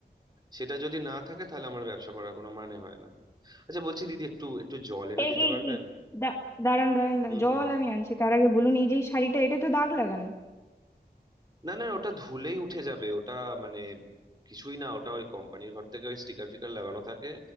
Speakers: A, on the right (about 25°); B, on the left (about 15°).
A: সেটা যদি না থাকে তাহলে আমার ব্যবসা করার কোনো মানে হয় না আচ্ছা বলছি দিদি একটু একটু জল এনে
B: এই
A: দিতে
B: এই
A: পারবেন
B: এই দা- দাঁড়ান দাঁড়ান দাঁড়ান।
A: হুম
B: জল
A: হুম হুম।
B: আমি আনছি তার আগে বলুন এই যে এই শাড়িটা এটা তো দাগ লাগানো
A: না না ওটা ধুলেই উঠে যাবে ওটা মানে কিছুই না ওটা ওই কোম্পানির ঘর থেকে ওই স্টিকার ফিকার লাগানো থাকে